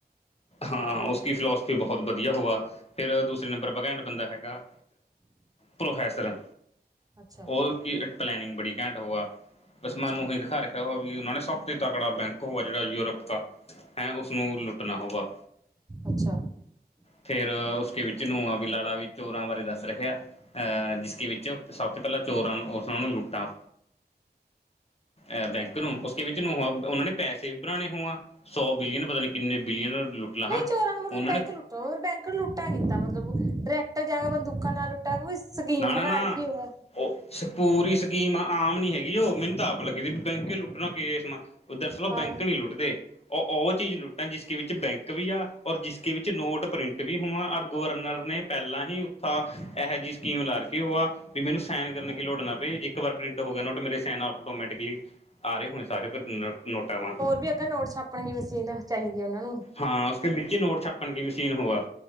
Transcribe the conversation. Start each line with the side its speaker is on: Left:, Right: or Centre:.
Left: ਹਾਂ ਉਸ ਕੀ ਫਿਲੋਸ, ਬਹੁਤ ਵਧੀਆ ਹੋਆ ਫੇਿਰ ਦੂਸਰੇ ਨੰਬਰ ਪਰ ਘੈਂਟ ਬੰਦਾ ਹੈਗਾ। ਪ੍ਰੋਫੈਸਰ
Right: ਅੱਛਾ
Left: ਉਹ ਕੀ ਪਲੈਨਿੰਗ ਬੜੀ ਘੈਂਟ ਹੋਇਆ। ਬਸ
Right: ਅੱਛਾ
Left: ਮੈਨੂੰ ਉਹੀਂ ਦਿਖਾ ਰੱਖਿਆ ਹੋਆ ਵੀ ਉਹਨਾਂ ਨੇ ਸਭ ਤੇ ਤਕੜਾ ਬੈਂਕ ਹੋਆ ਜਿਹੜਾ ਯੂਰਪ ਦਾ। ਹੈਂ ਉਸਨੂੰ ਲੁੱਟਣਾ ਹੋਵਾ।
Right: ਅੱਛਾ
Left: ਫੇਰ ਉਸਕੇ ਵਿੱਚ ਨੂੰ ਆ ਵੀ ਲਾਲਾ ਵੀ ਚੋਰਾਂ ਬਾਰੇ ਦੱਸ ਰਿਹਾ। ਅਹ ਜਿਸਕੇ ਵਿੱਚ ਸਭ ਤੋਂ ਪਹਿਲਾਂ ਚੋਰਾਂ ਨੂੰ ਉਸਨਾਂ ਨੂੰ ਲੁੱਟਾਂ। ਅਹ ਬੈਂਕ ਨੂੰ ਉਸ ਵਿੱਚ ਉਹਨਾਂ ਨੇ। ਪੈਸੇ ਭਰਾਉਣੇ ਹੋਵਾਂ ਸੌ ਬਿਲੀਅਨ ਪਤਾ ਨੀ ਕਿੰਨੇ ਬਿਲੀਅਨ ਲੁੱਟ ਲਹਾਂ
Right: ਨਹੀਂ ਚੋਰਾਂ ਨੂੰ ਮਤਲਬ
Left: ਉਹਨਾਂ
Right: ਬੈਂਕ
Left: ਨੇ।
Right: ਲੁੱਟੋ ਬੈਂਕ ਲੁੱਟਾਂ ਕੀਦਾਂ ਮਤਲਬ ਡਾਇਰੈਕਟ। ਤ ਜਾ ਕੇ ਬੰਦੂਕਾਂ ਨਾਲ ਲੁਟਾ ਹੋਵੇ ਸਕੀਮ
Left: ਨਾ
Right: ਬਣਾ
Left: ਨਾ ਨਾ
Right: ਰੱਖੀ ਹੋਵੇ।
Left: ਉਹ ਪੂਰੀ ਸਕੀਮ ਆਮ ਨੀ ਹੈਗੀ ਉਹ ਮੈਨੂੰ ਤਾਂ ਆਪ ਲੱਗੀ ਬੀ ਬੈਂਕ ਈ ਲੁੱਟਣਾ ਕੇ ਇਸ ਮਾ। ਉਹ ਦਰਅਸਲ ਉਹ
Right: ਹਾਂ
Left: ਬੈਂਕ ਨਹੀਂ ਲੁੱਟਦੇ। ਉਹ ਉਹ ਚੀਜ਼ ਲੁੱਟਾਂ ਜਿਸਕੇ ਵਿੱਚ ਬੈਂਕ ਵੀ ਆ ਔਰ ਜਿਸਕੇ ਵਿੱਚ ਨੋਟ ਪ੍ਰਿੰਟ ਵੀ ਹੋਵਾਂ ਔਰ ਗਵਰਨਰ ਨੇ। ਪਹਿਲਾਂ ਹੀ ਉੱਥਾ ਇਹੋ ਜਿਹੀ। ਸਕੀਮ ਲਾ ਰੱਖੀ ਉਹ ਆ ਵੀ ਮੈਨੂੰ ਸੈਨ ਕਰਨ ਕੀ ਲੋੜ ਨਾ ਪਏ ਇੱਕ ਵਾਰ ਪ੍ਰਿੰਟ ਹੋ ਗਿਆ ਨੌਟ ਮੇਰੇ ਔਟੋਮੈਟਕਲੀ। ਆ ਰਹੇ ਹੁਣੇ ਸਾਰੇ ਨੋਟਾਂਵਾਂ।
Right: ਬਈ ਅਗਰ। ਨੋਟ ਛਾਪਣ ਦੀ ਮਸ਼ੀਨ ਚਾਹੀਦੀ ਹੈ ਉਹਨਾਂ ਨੂੰ।
Left: ਹਾਂ ਉਸ ਵਿੱਚ ਨੋਟ ਛਾਪਣ ਕੀ ਮਸ਼ੀਨ ਹੋਆ